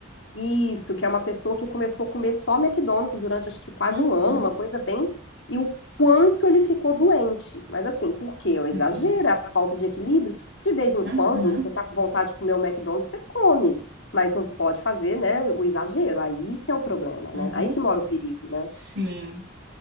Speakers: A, on the left; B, on the right.
A: isso, que é uma pessoa que começou a comer só McDonald's durante acho que quase
B: Uhum.
A: um ano, uma coisa bem. E o quanto ele ficou doente. Mas assim, por quê?
B: Sim.
A: É o exagero, é a falta de equilíbrio. De vez em quando,
B: Uhum.
A: você tá com vontade de comer um McDonald's, você come. Mas não pode fazer, né, o exagero. Aí que é o problema, né?
B: Uhum.
A: Aí que mora o perigo, né?
B: Sim.